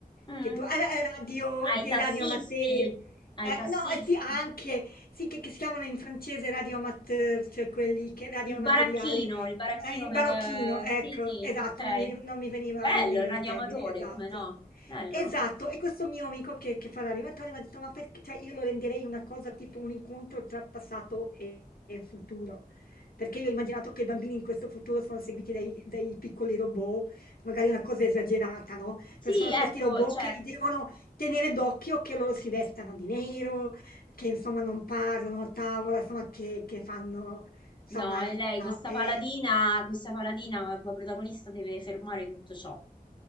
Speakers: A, on the left; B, on the left.
A: mm,
B: Che tu, ah, ah, radio,
A: ai
B: dei
A: tassisti,
B: radio amateur,
A: ai
B: eh,
A: tassisti.
B: no, eh, sì, anche, sì, che, che si chiamano in francese radio amateur, cioè quelli che, radio
A: Il
B: amatoriali,
A: baracchino, il baracchino
B: eh, in
A: per...
B: barocchino,
A: eh,
B: ecco,
A: Sì, sì,
B: esatto,
A: ok.
B: non, veni- non mi veniva,
A: Bello,
B: non veniva
A: il radioamatore,
B: il termine, esatto.
A: come no? Bello.
B: Esatto, e questo mio amico che, che fa l'animatore mi ha detto, ma perché, cioè io lo renderei una cosa tipo un incontro tra passato e, e futuro, perché io ho immaginato che i bambini in questo futuro sono seguiti dai, dai piccoli robot, magari una cosa esagerata, no?
A: Sì,
B: Però sono
A: ecco,
B: questi robot
A: cioè,
B: che li devono tenere d'occhio, che loro si vestano di nero, che insomma non parlano a tavola, insomma che, che fanno, insomma,
A: No, e lei,
B: no?
A: questa
B: E,
A: paladina, questa paladina, la tua protagonista deve fermare tutto ciò.